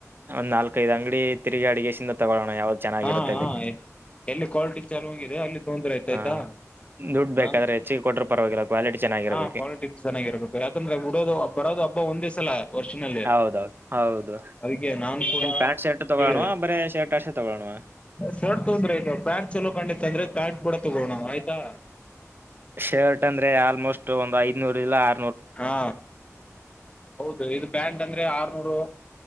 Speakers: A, on the right; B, on the left.
A: ಒಂದ್ ನಾಲ್ಕೈದು್ ಅಂಗಡಿ ತಿರ್ಗಿ ಅಡಿಗೆಿಂದ ತಗೊಳ್ಳಳೋಣ ಯಾವ್ದ ಚೆನ್ನಾಗಿರುತ್ತೆ
B: ಹಾ
A: ಅಲ್ಲಿ
B: ಹಾ ಎಲ್ಲಿ ಕ್ವಾಲಿಟಿ ಚೆನ್ನಾಗಿದೆ ಅಲ್ಲಿ ತೊಂದ್ರೆ ಆಯ್ತ
A: ಹ
B: ಆಯ್ತಾ
A: ದುಡ್ಬೇಕಾದ್ರೆ
B: ಹ
A: ಹೆಚ್ಚಿಗೆ ಕೊಟ್ರ ಪರವಾಗಿಲ್ಲ ಕ್ವಾಲಿಟಿ ಚೆನ್ನಾಗಿರ್ಬೇಕು
B: ಹಾ ಪಾಲಿಟಿಕ್ಸ್ ಚೆನ್ನಾಗಿರ್ಬೇಕು ಯಾಕಂದ್ರೆ ಉಡೋದು ಬರೋದು ಹಬ್ಬ ಒಂದ ದಿವಸಲಲ್ಲ ವರ್ಷಿನಲ್ಲಿ
A: ಹೌದೌದು ಹೌದು
B: ಅದಕ್ಕೆ ನಾು ಕೂಡ
A: ಏನ್ ಪ್ಯಾಂಟ್ ಶರ್ಟ್ ತಗೊಳೋಣವಾ
B: ಕೇಳ
A: ಬರೇ ಶರ್ಟ್ ಅಷ್ಟೇ ತಗೊಳೋಣವಾ
B: ಶರ್ಟ್ ತೊಂದ್ರೆ ಆಯತ ಪ್ಯಾಂಟ್ ಚಲೋ ಕಂಡ ಅಂದ್ರೆ ಪ್ಯಾಂಟ್ ಕೂಡ ತಗೋಣ ಆಯ್ತಾ
A: ಶರ್ಟ್ ಅಂದ್ರೆ ಆಲ್ಮೋಸ್ಟ್ ಒಂದು್ ಐದನೂರ್ ಇಲ್ಲ ಆ
B: ಹಾ ಹೌದು ಇದು ಪ್ಯಾಂಟ್ ಅಂದ್ರೆ ಆರ್ನೂರು